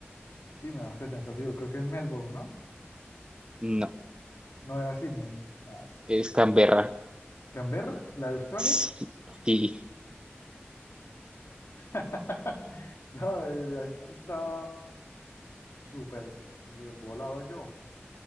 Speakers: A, on the left (about 80°); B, on the right (about 25°).
A: Y me dejaste pensativo, creo que es Melbourne, ¿no?
B: no,
A: No era Sydney. Ah, s-
B: es Canberra,
A: ¿Canberra? ¿La de Australia?
B: sí, sí.
A: <laughs> No, eh, así estaba. Súper eh, volado yo.